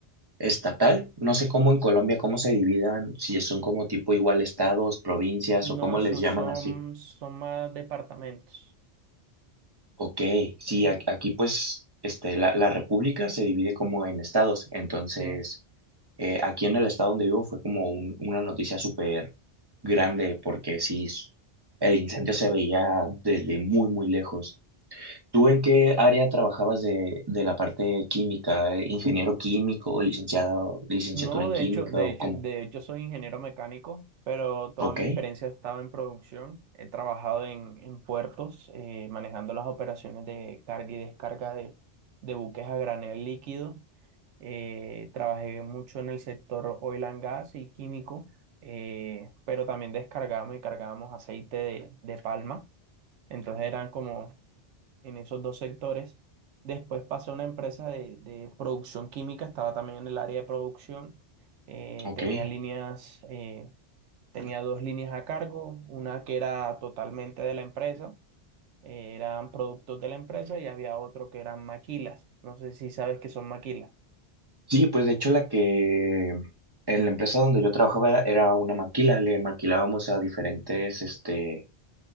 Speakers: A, on the right (about 25°); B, on the right (about 85°).
A: estatal. No sé cómo en Colombia, cómo se dividan, si son como tipo igual estados, provincias o
B: No,
A: cómo
B: so-
A: les llaman
B: son,
A: así.
B: son más departamentos.
A: Ok, sí,
B: El,
A: ac- aquí pues este, la, la república se divide como en estados, entonces
B: sí.
A: eh, aquí en el estado donde vivo fue como un- una noticia súper grande porque sí, s- el incendio se veía desde muy, muy lejos. ¿Tú en qué área trabajabas de, de la parte química? ¿Eh, ¿Ingeniero químico, licenciado, licenciatura
B: No,
A: en
B: de
A: química
B: hecho, de
A: o
B: hecho,
A: cómo?
B: de hecho soy ingeniero mecánico, pero toda
A: Ok,
B: mi experiencia ha estado en producción. He trabajado en, en puertos, eh, manejando las operaciones de carga y descarga de, de buques a granel líquido Eh, trabajé mucho en el sector oil and gas y químico, eh, pero también descargamos y cargábamos aceite de, de palma. Entonces eran como en esos dos sectores. Después pasé a una empresa de, de producción química, estaba también en el área de producción. Eh,
A: ok.
B: tenía líneas, eh, tenía dos líneas a cargo, una que era totalmente de la empresa, eh, eran productos de la empresa y había otro que eran maquilas. No sé si sabes qué son maquilas.
A: Sí, pues de hecho la que en la empresa donde yo trabajaba era una maquila, le maquilábamos a diferentes, este,